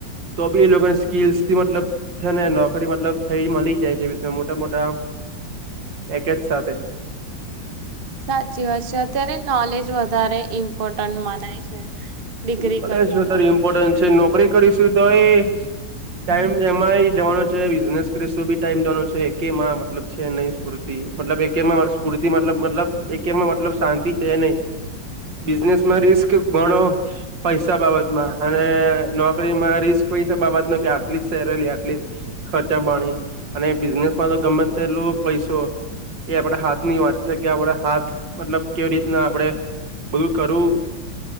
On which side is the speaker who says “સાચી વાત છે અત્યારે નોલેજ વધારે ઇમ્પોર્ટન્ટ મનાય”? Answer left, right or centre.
Right